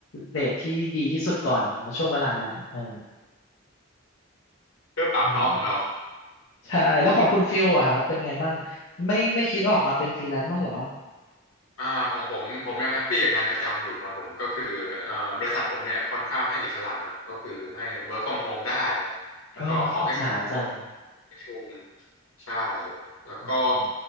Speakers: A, on the left; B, on the left.
A: เรทที่ดีที่สุดก่อนมาช่วงเวลานั้นเออ
B: เพื่อปากท้องของเรา
A: อืมใช่แล้วของคุณฟิลอะครับเป็นไงบ้างไม่ไม่คิดออกมาเป็นฟรีแลนซ์บ้างเหรอ
B: อ่าของผมผมยังแฮปปี้กับงานประจำอยู่ครับผมก็คือเอ่อบริษัทผมเนี่ยค่อนข้างให้อิสระเนอะก็คือให้ work from home ได้แล้วก็ขอแค่มีส่ง
A: เอออิจฉาจัง
B: ประชุมใช่แล้วก็
A: อืม